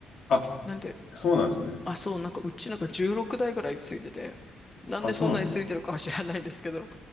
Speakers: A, on the left; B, on the left.
A: あ、
B: なんで、
A: そうなんですね。
B: あ、そう、なんかうちなんか16台ぐらいついてて、なんでそんなについてるかは知らないんですけど、
A: あ、そうなんですか。